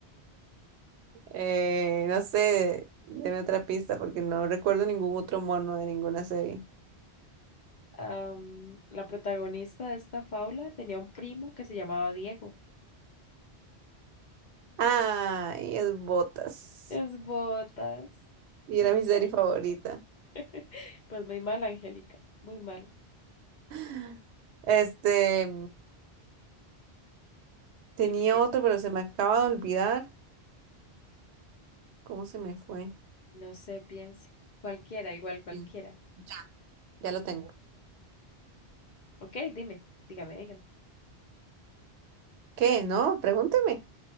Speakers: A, on the right; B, on the left.
A: Eh, no sé, deme otra pista porque no recuerdo ningún otro mono de ninguna serie.
B: am, la protagonista de esta fábula tenía un primo que se llamaba Diego.
A: Ah, y es Botas.
B: Es botas.
A: Y
B: Me
A: era
B: encanta.
A: mi serie favorita.
B: <laughs> Pues muy mal, Angélica. Muy mal.
A: <gasps> Este, tenía
B: Increíble.
A: otro, pero se me acaba de olvidar. ¿Cómo se me fue?
B: No sé, piense. Cualquiera, igual, cualquiera.
A: Sí, Ya, ya lo tengo.
B: Ok, dime, dígame, dígame.
A: ¿Qué? ¿No? Pregúnteme.